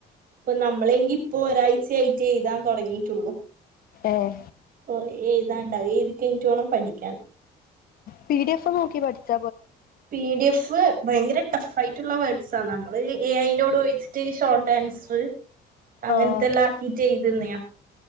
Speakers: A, on the right; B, on the left.
A: ഇപ്പ നമ്മളെങ്കി ഇപ്പൊ ഒരാഴ്ചയയിട്ട് എഴുതാൻ തുടങ്ങിട്ടുള്ളു
B: ആഹ
A: ഓ എഴുതാണ്ടാവ എഴുതി കഴിഞ്ഞട്ടോണം പഠിക്കാൻ
B: പി ഡി എഫ് നോക്കി പഠിച്ച
A: പി ഡി എഫ് ഭയങ്കര ടഫ് ആയിട്ടുള്ള വേർഡ്സ നമ്മള് എ അയിന്റെറോട് ചോദിച്ചിട്ട് ഷോർട്ട് ആൻസർ അങ്ങനത്തെല്ലാം
B: ആഹ്
A: ആക്കി ചെയ്തന്നെയ